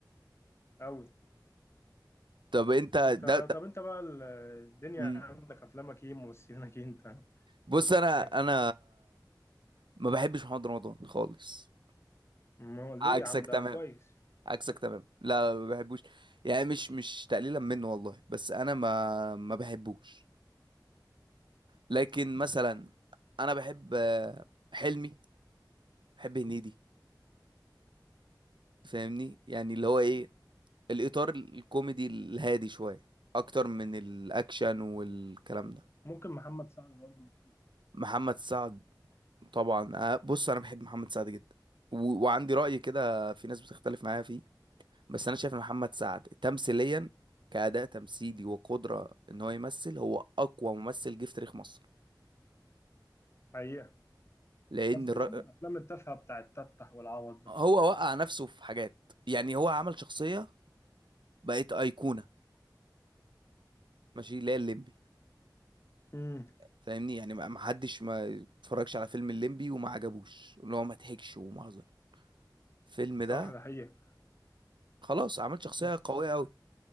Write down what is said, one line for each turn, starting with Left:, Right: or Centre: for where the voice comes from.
Left: أوي
Right: طب انت ده,
Left: أنت
Right: ده
Left: طب أنت بقى ال- الدنيا
Right: مم.
Left: عندك أفلامك إيه ممثلينك إيه أنت ما
Right: بص
Left: قلتش
Right: انا
Left: حاجة
Right: انا ما بحبش محمد رمضان خالص
Left: ما هو ليه
Right: عكسك
Left: يا عم ده
Right: تمام
Left: كويس
Right: عكسك تمام لا ما بحبوش يعني مش مش تقليلا منه والله بس انا ما ما بحبوش لكن مثلا انا بحب آه، حلمي بحب هنيدي فاهمني يعني اللي هو ايه الاطار الكوميدي الهادي شويه اكتر من الاكشن والكلام ده
Left: ممكن محمد سعد برضه
Right: محمد سعد طبعا آه، بص انا بحب محمد سعد جدا و... وعندي رأي كده في ناس بتختلف معايا فيه بس انا شايف ان محمد سعد تمثيليا كأداء تمثيلي وقدرة ان هو يمثل هو اقوى ممثل جه في تاريخ مصر
Left: حقيقة
Right: لان
Left: بس
Right: الر...
Left: ما عدا الأفلام التافهة بتاعت تفتح والعوض ده
Right: هو وقع نفسه في حاجات يعني هو عمل شخصية بقت أيقونة ماشي اللي هي الليمبي
Left: امم
Right: فاهمني يعني ما ما حدش ما اتفرجش على فيلم الليمبي وما عجبوش اللي هو ما ضحكش ومهزر الفيلم
Left: صح
Right: ده
Left: ده حقيقة
Right: خلاص عمل شخصية
Left: بس
Right: قوية أوي